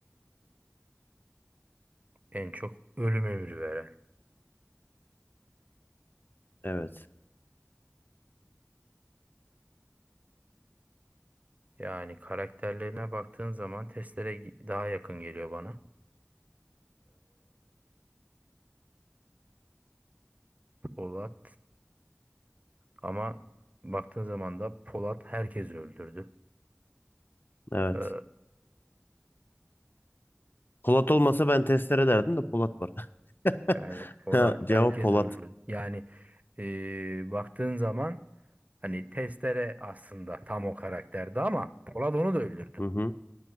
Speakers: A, on the right (about 30°); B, on the left (about 45°).
A: En çok ölüm emri veren.
B: Evet.
A: Yani karakterlerine baktığın zaman testlere gi- daha yakın geliyor bana. Polat ama baktığın zaman da Polat herkesi öldürdü.
B: Evet.
A: Ee,
B: Polat olmasa ben testere derdim de Polat var. <laughs>
A: yani Polat
B: Ha,
A: Yani
B: cevap
A: herkesi
B: Polat.
A: öldürdü. Yani ee, baktığın zaman hani Testere aslında tam o karakterdi ama Polat onu da öldürdü.
B: Hı hı.
A: <laughs>